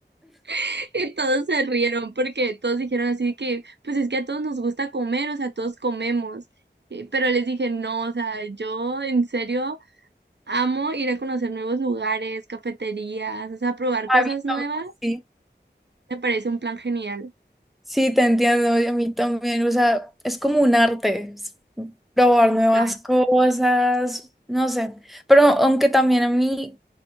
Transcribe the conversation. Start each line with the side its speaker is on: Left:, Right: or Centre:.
Right: <laughs> Y todos se rieron porque todos dijeron así que, pues es que a todos nos gusta comer, o sea, todos comemos. Eh, Pero les dije, no, o sea, yo en serio amo ir a conocer nuevos lugares, cafeterías, o sea, probar
Centre: <laughs>
Right: cosas
Centre: a mí
Right: nuevas.
Centre: también, sí.
Right: Me parece un plan genial.
Centre: Sí, te entiendo, y a mí también. O sea, es como un arte, es probar
Right: Exacto.
Centre: nuevas cosas, no sé. Pero aunque también a mí